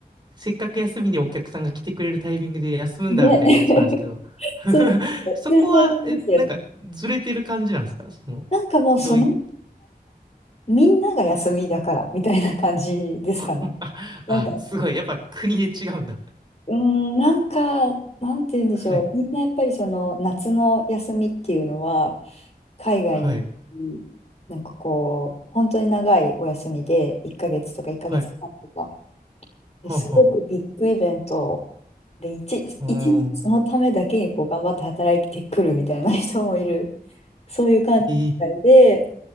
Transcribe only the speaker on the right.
せっかく休みでお客さんが来てくれるタイミングで休むんだみたいになりそうなんですけど、
<laughs>
そこは、
え、なんかずれてる感じなんですかその、
どうい、
<laughs>
あ、あ、すごい、やっぱ国で違うんだ。
はい、
はい、
はい、
はあ、は
あ、
お
ー、ええ